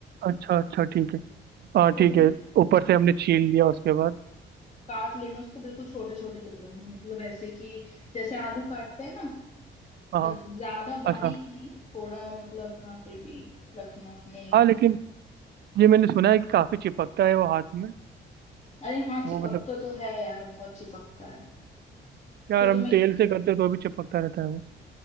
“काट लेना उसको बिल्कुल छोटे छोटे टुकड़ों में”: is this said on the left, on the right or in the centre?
Left